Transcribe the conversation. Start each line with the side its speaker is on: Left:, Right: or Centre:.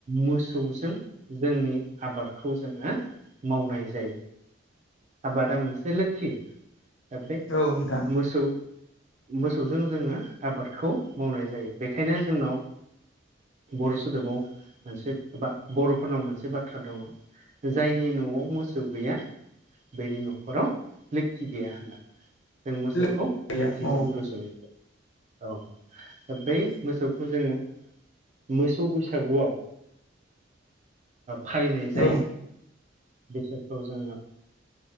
Right: मोसौजों जोंनि आबादखौ जोंङो मावनाय जायो। आबादा मोनसे लोखि दा बे
Left: औ नोंथां।
Right: मोसौव मोसौवजों जोंङो आबादखौ मावनाय जायो बेखायनो जोंनाव बर' सोदोबाव मोनसे बा बर'फोरनाव मोनसे बाथ्रा दंङ। जायनि न'आव मोसौव गैया बनि न'खराव लोखि गैया होननानै जों मोसौवखौ
Left: गैया
Right: लोखिजों
Left: औ
Right: रुजुयो औ दा बै मोसौवखौ जोंङो मोसौव बैसागुआव फालिनाय जायो
Left: औ
Right: बिसोरखौ जोंङो